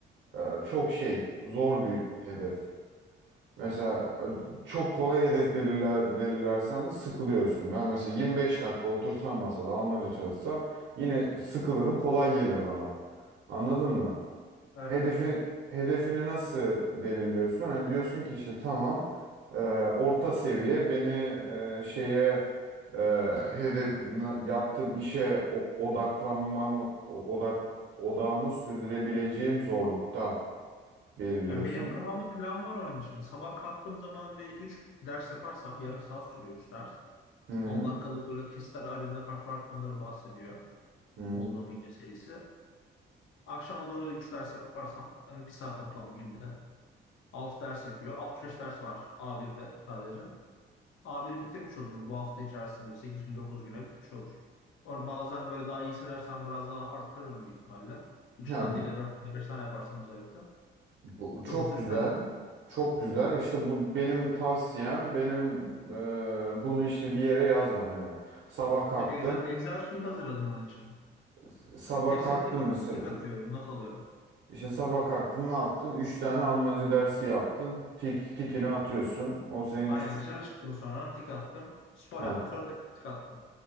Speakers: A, on the right (about 65°); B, on the left (about 80°).
A: e, çok şey zor bir hedef. Mesela e, çok kolay hedef belirler, belirlersen de sıkılıyorsun. Ben mesela 25 dakika otursam masada Almanca çalışsam yine sıkılırım kolay gelir bana. Anladın mı?
B: Evet
A: Hedefin
B: evet.
A: hedefini nasıl belirliyorsun? Hani diyorsun ki işte tamam e, orta seviye beni e, şeye e, hedef na- yaptığım işe o- odaklanmam o- odak odağımı sürdürebileceğim zorlukta belirliyorsun.
B: Yani benim kafamda plan var onun için. Sabah kalktığım zaman bir 3 ders yaparsam yarım saat sürüyor 3 ders.
A: Hı hı.
B: 10 dakikalık böyle kesitler halinde farklı farklı konuları bahsediyor.
A: Hı hı.
B: Bulduğum video serisi. Akşama doğru da 3 ders yaparsam hani bir saat toplam günde 6 ders yapıyor. altmış beş ders var A1'de sadece. A1'i bitirmiş olurum bu hafta içerisinde 8 gün 9 güne bitmiş olur. Onu bazen böyle daha iyi hissedersem biraz daha arttırırım büyük ihtimalle. 3
A: Ya,
B: tane değil de 4 tane 5 tane yaparsam özellikle.
A: bu çok
B: Çok hızlı
A: güzel.
B: biter yani.
A: Çok güzel. İşte bu benim tavsiyem. Benim e, bunu işte bir yere yazman hani. Sabah kalktın.
B: Ve Excel, Excel sheet hazırladım bunun için.
A: s- Sabah
B: Hepsine
A: kalktın
B: tik,
A: mesela.
B: tik atıyorum, not alıyorum.
A: İşte sabah kalktın ne yaptın? Üç tane Almanca dersi yaptın. Tik tikini atıyorsun. O senin
B: Aynen
A: küçük.
B: dışarı çıktım sonra tik attım. Spor
A: Ha.
B: yaptım sonra tekrar tik attım.